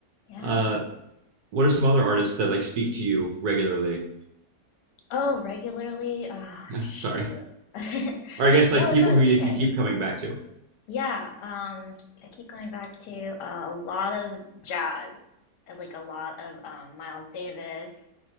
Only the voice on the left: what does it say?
yeah.
Oh, regularly? Ah,
shoot.
<laughs>
No,
it's
it's
okay.
Yeah, um, I keep going back to uh, a lot of jazz, and, like a lot of um, Miles Davis.